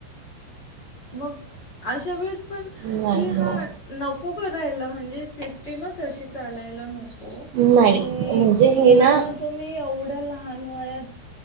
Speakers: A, on the left; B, on the right.
A: मग अशा वेळेस पण
B: नाही
A: कि
B: नाही
A: हा नको करायला म्हणजे. सिस्टमच अशी चालायला नको
B: नाही.
A: की
B: म्हणजे
A: मुलांना
B: हे ना
A: तुम्ही एवढ्या लहान वया